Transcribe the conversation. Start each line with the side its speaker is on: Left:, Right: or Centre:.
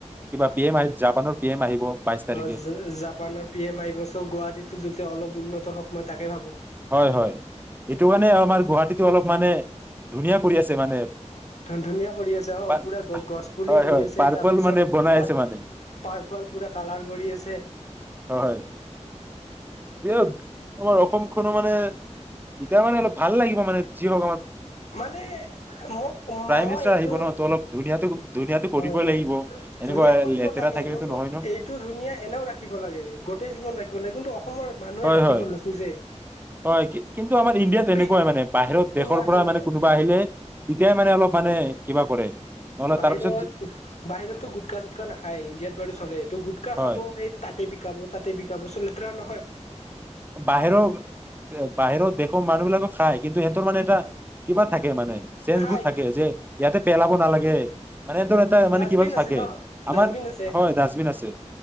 Right: কিবা পি এম আহ জাপানৰ পি এম আহিব বাইশ তাৰিখে
Left: অ জাপানৰ পি এম আহিব চ গুৱাহাটীতো যে অলপ উন্নত হওক মই তাকে ভাবোঁ
Right: হয় হয় এইটো কাৰণে আমাৰ গুৱাহাটীতো অলপ মানে ধুনীয়া কৰি আছে মানে
Left: ধুন ধুনীয়া কৰি আছে অ
Right: পা-
Left: পুৰা গ গছ পুলি
Right: হয়
Left: ৰুই
Right: হয়
Left: আছে
Right: পাৰ্পল
Left: তাৰ পিছত
Right: মানে বনাই
Left: তাক
Right: আছে মানে
Left: পাৰ্পল পুৰা কালাৰ কৰি আছে
Right: হয় যে আমাৰ অসম কোনো মানে এতিয়া মানে অলপ ভাল লাগিব মানে যি ভগৱান
Left: মানে মোক মই
Right: মিনিষ্টাৰ
Left: এইটো
Right: আহিব ন ত অলপ ধুনীয়াটো ধুনীয়াটো কৰিবই
Left: হয়
Right: লাগিব এনেকুৱা
Left: ধুনীয়া কৰিব
Right: লেতেৰা
Left: লাগে
Right: থাকিলেতো
Left: কিন্তু
Right: নহয় ন
Left: এইটো ধুনীয়া এনেও ৰাখিব লাগে গোটেই জীৱন ৰাখিব লাগে কিন্তু অসমৰ মানুহে
Right: হয়
Left: ৰাখিব
Right: হয়
Left: নোখোজে
Right: হয় কিন্তু আমাৰ ইণ্ডিয়াত তেনেকুৱাই
Left: পিক
Right: মানে বাহিৰত
Left: শুনা
Right: দেশৰ পৰা
Left: শুনা
Right: মানে কোনোবা আহিলে তেতিয়াই মানে অলপ মানে কিবা কৰে নহ'লে
Left: বাহিৰত
Right: তাৰপিছত যি-
Left: বাহিৰতো গোটকা চুটকা নাখায় ইণ্ডিয়াত বাৰু চলে সটো গুটকা
Right: হয়
Left: খাব এই তাতে বিকাব তাতে বিকাব চ লেতেৰা নহয়
Right: বাহিৰৰ বাহিৰৰ দেশৰ মানুহ বিলাকক খাই কিন্তু সিহঁতৰ মানে এটা কিবা থাকে মানে চেঞঞ্চ
Left: খাই
Right: বোৰ থাকে যে ইয়াতে পেলাব নালাগে মানে সিহঁতৰ এটা মানে
Left: ডাষ্টবিন
Right: কিবা
Left: আছে
Right: থাকে
Left: ন
Right: আমাৰ
Left: ডাষ্টবিন আছে
Right: হয় ডাষ্টবিন আছে